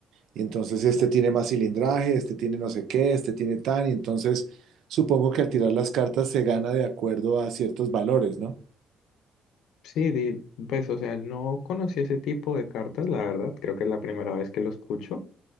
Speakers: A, on the right; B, on the left.
A: y entonces este tiene más cilindraje, este tiene no sé qué, este tiene tan, y entonces supongo que al tirar las cartas se gana de acuerdo a ciertos valores, ¿no?
B: Sí, di- pues, o sea, no conocí ese tipo de cartas, la verdad, creo que es la primera vez que lo escucho,